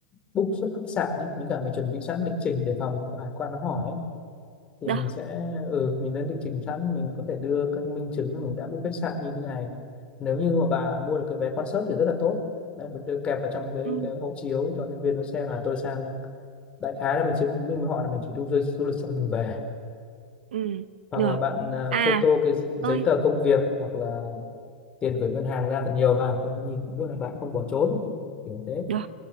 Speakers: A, on the left (about 20°); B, on the right (about 85°).
A: book xuất khách sạn ấy. Với cả mình chuẩn bị sẵn lịch trình để phòng hải quan nó hỏi ấy. thì
B: được
A: mình sẽ ừ mình lên lịch trình sẵn mình có thể đưa các minh chứng là mình đã book khách sạn như thế này nếu như mà bà mua được cái vé concert thì rất là tốt đấy mình đưa kẹp vào trong cái
B: ừ
A: cái hộ chiếu cho nhân viên nó xem là tôi sang đại khái là mình chứng minh với họ là mình chỉ đi du, du lịch xong mình về
B: ừ
A: hoặc
B: được
A: là bạn à,
B: à
A: photo cái giấy
B: ơi
A: tờ công việc hoặc là tiền gửi ngân hàng ra thật nhiều vào thì nó nhìn nó biết là bạn không bỏ trốn kiểu thế
B: được